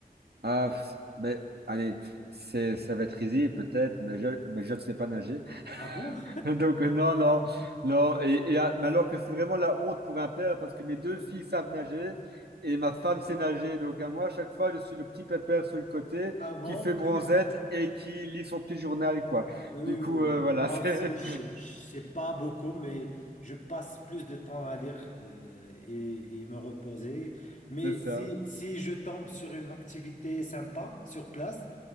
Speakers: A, on the right; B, on the left.
A: Ah, mais allez, c'est, ça va être easy peut-être, mais je, mais je ne sais pas nager.
B: Ah bon?
A: <laughs> Donc, euh, non, non, non. Et, et, euh, mais alors que c'est vraiment la honte pour un père parce que mes deux filles savent nager et ma femme sait nager. Donc, à moi, à chaque fois, je suis le petit pépère sur le côté
B: Avant?
A: qui fait bronzette et qui lit son petit journal, quoi.
B: Oui, oui,
A: Du
B: oui.
A: coup,
B: oui.
A: euh, voilà,
B: Moi
A: <laughs> c'est
B: aussi, je je sais pas beaucoup, mais je passe plus de temps à lire euh, et, et me reposer. Mais
A: c'est ça.
B: si, si je tombe sur une activité sympa sur place,